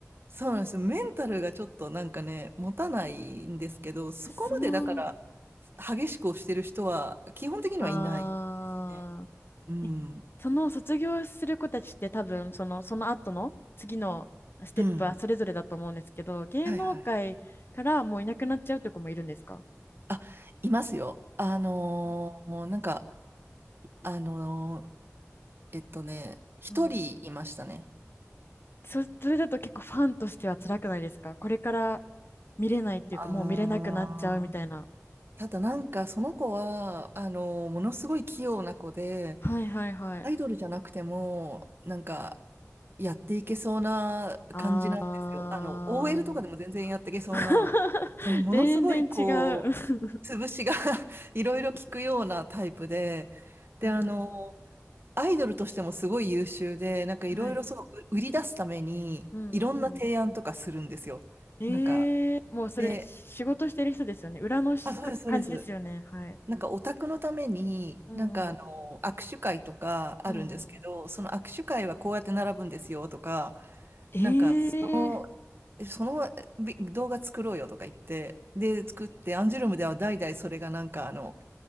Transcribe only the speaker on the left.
その、
ああ。
えその卒業する子たちって多分その、その後の次のステップはそれぞれだと思うんですけど、
芸能界からもういなくなっちゃうという子もいるんですか
うん。そ、それだと結構ファンとしては辛くないですかこれから見れないっていうかもう見れなくなっちゃうみたいな。
はいはいはい。
あー。
<laughs>
全然違う。
<laughs>
なるほ
ど。はい。
うんうんうん。
ええもうそれ仕事してる人ですよね。
裏のしか感じですよね。
はい。
うんうん。
うんうん。
ええ